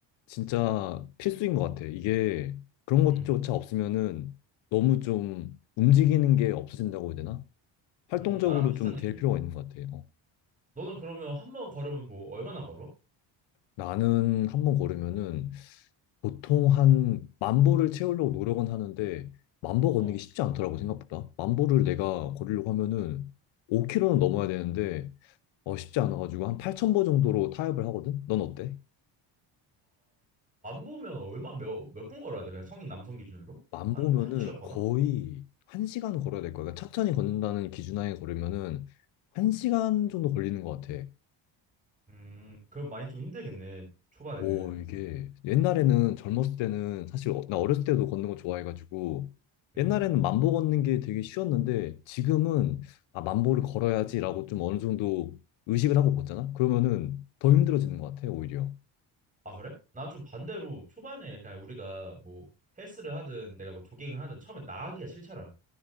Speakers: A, on the left; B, on the right.
A: 진짜 필수인 것 같아. 이게 그런 것조차
B: 음
A: 없으면은 너무 좀 움직이는 게 없어진다고 해야 되나? 활동적으로
B: 음 나랑 비슷한
A: 좀
B: 느낌이네
A: 될 필요가 있는 것 같아. 요
B: 너는 그러면 한번 걸으면 뭐 얼마나 걸어
A: 나는 한 번 걸으면은 보통 한 만보를 채우려고 노력은 하는데 만보 걷는
B: 어만어음아만
A: 게 쉽지 않더라고 생각보다. 만보를 내가 걸으려고 하면은 5km는 넘어야 되는데 어 쉽지 않아가지고 한 8,000보 정도로 타협을 하거든. 넌 어때?
B: 보면 얼마 몇 몇 분 걸어야 돼 그냥 성인 남성 기준으로
A: 만보면은
B: 한 한두 시간 걸나
A: 거의 1시간 걸어야 될 거야. 그러니까 천천히 걷는다는 기준하에 걸으면은 1시간 정도 걸리는 것 같아.
B: 음 그럼 많이 좀 힘들겠네 초반에는
A: 오, 이게 옛날에는 젊었을 때는 사실 어- 나 어렸을 때도 걷는 거 좋아해가지고
B: 음.
A: 옛날에는 만보 걷는 게 되게 쉬웠는데 지금은 아, 만보를 걸어야지라고 좀 어느 정도 의식을 하고 걷잖아? 그러면은 더 힘들어지는 것 같아, 오히려.
B: 아, 그래? 난 좀 반대로 초반에 그냥 우리가 뭐 헬스를 하든 내가 뭐 조깅을 하든 처음에 나가기가 싫잖아.